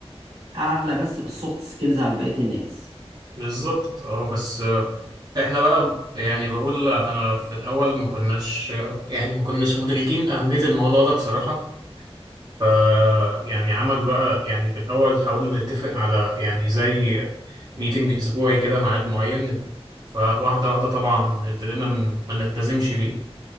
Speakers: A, on the right (about 75°); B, on the right (about 40°).
A: اعلى بس في السوفت سكيلز عن بقية الناس
B: بالظبط اه بس آه، احنا بقى يعني بقول انا في الاول ما كناش يعني ما كناش مدركين اهمية الموضوع ده بصراحة ف يعني عمل بقى يعني في الأول حاولنا نتفق على يعني زي ميتنج أسبوعي كده ميعاد معين فواحدة واحدة طبعا ابتدينا من ما نلتزمش بيه